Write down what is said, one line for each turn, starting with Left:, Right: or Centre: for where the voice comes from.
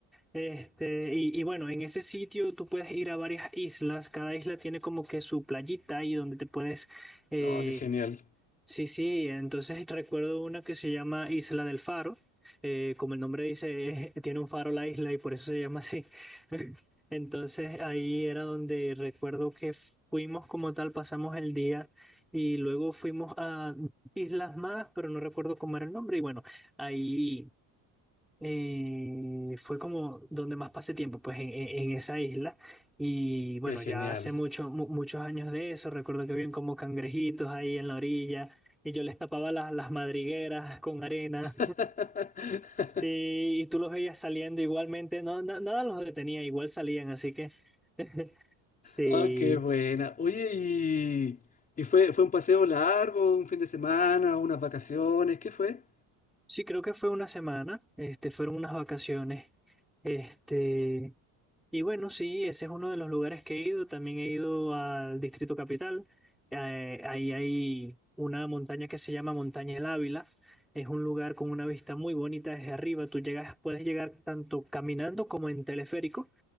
Centre: Este, y, y bueno, en ese sitio tú puedes ir a varias islas, cada isla tiene como que su playita y donde te puedes eh,
Left: Oh, qué genial,
Centre: Sí, sí, entonces recuerdo una que se llama Isla del Faro. eh, como el nombre dice, <laughs> tiene un faro la isla y por eso se llama así. <laughs> Entonces ahí era donde recuerdo que fuimos como tal, pasamos el día y luego fuimos a islas más, pero no recuerdo cómo era el nombre. Y bueno, ahí eh, fue como donde más pasé tiempo, pues en, en- en esa isla. Y bueno,
Left: qué genial.
Centre: ya hace mucho, mu- muchos años de eso, recuerdo que habían como cangrejitos ahí en la orilla y yo les tapaba las, las madrigueras con arena.
Left: <laughs>
Centre: Sí, y tú los veías saliendo igualmente, no, na- nada los detenía, igual salían, así que <laughs> sí,
Left: Oh, qué buena. Oye, y, y fue, fue un paseo largo, un fin de semana, unas vacaciones, ¿qué fue?
Centre: sí, creo que fue una semana, este, fueron unas vacaciones, este... Y bueno, sí, ese es uno de los lugares que he ido. También he ido al Distrito Capital. Eh, ahí hay una montaña que se llama Montaña El Ávila. Es un lugar con una vista muy bonita desde arriba. Tú llegas, puedes llegar tanto caminando como en teleférico.